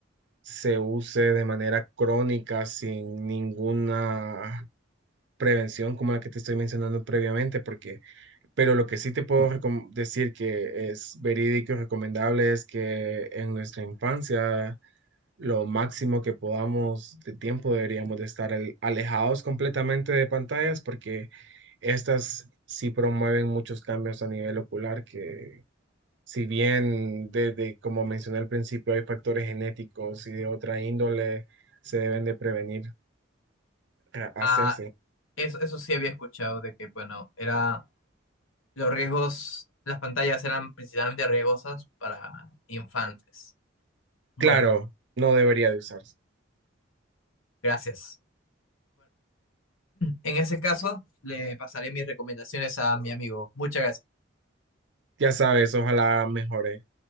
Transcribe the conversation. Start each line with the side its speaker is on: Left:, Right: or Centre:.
Right: se use de manera crónica sin ninguna prevención como la que te estoy mencionando previamente, porque Pero lo que sí te puedo recom- decir que es verídico y recomendable es que en nuestra infancia lo máximo que podamos de tiempo deberíamos de estar al- alejados completamente de pantallas porque estas sí promueven muchos cambios a nivel ocular que si bien desde, como mencioné al principio, hay factores genéticos y de otra índole se deben de prevenir a-
Left: Ah,
Right: hacerse.
Left: eso, eso sí había escuchado de que, bueno, era los riesgos, las pantallas eran principalmente riesgosas para infantes. Bueno,
Right: Claro, no debería de usarse.
Left: gracias. En ese caso, le pasaré mis recomendaciones a mi amigo. Muchas gracias.
Right: Ya sabes, ojalá mejore.